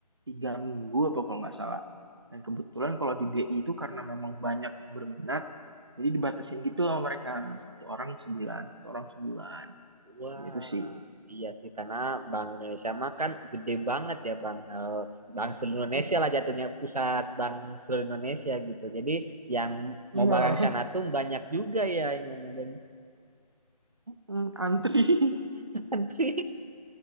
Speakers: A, on the right (about 40°); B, on the right (about 70°).
A: tiga minggu apa kalau nggak salah. Dan kebetulan kalau di BI itu karena memang banyak yang berminat, jadi dibatasin gitu sama mereka satu orang sebulan, satu orang sebulan.
B: Wah,
A: Gitu sih.
B: iya sih karena Bank Indonesia mah kan gede banget ya bang. Eh, bank seluruh Indonesia
A: I-
B: lah jatuhnya pusat bank seluruh Indonesia gitu. Jadi yang
A: Iya,
B: mau magang
A: <laughs>
B: sana tuh banyak juga ya yang mau magang
A: Hmm, antri. <laughs>
B: di <laughs> country.